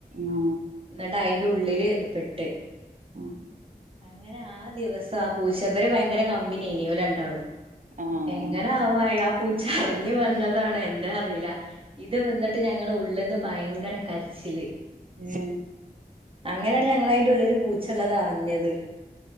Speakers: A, on the right; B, on the right.
A: ആ
B: എന്നിട്ട് അതിന്റെ ഉള്ളില് പെട്ട്
A: ആ
B: അങ്ങനെ ആദ്യ ദിവസം ആ പൂച്ചവര് ഭയങ്കര കമ്പിനീന രണ്ടാളും
A: ആ ആ.
B: എങ്ങനെ ആവാ ചറിഞ്ഞു വന്നത് എന്ത അറിയില്ല ഇത് വന്നിട്ട് ഞങ്ങളുടെ ഉള്ളിൽന്ന് ഭയങ്കര കരിച്ചില്
A: ഹീ
B: അങ്ങനെയാണ് ഞങ്ങ അയിറെ ഉള്ളില് പൂച്ചുള്ളത് അറിഞ്ഞത്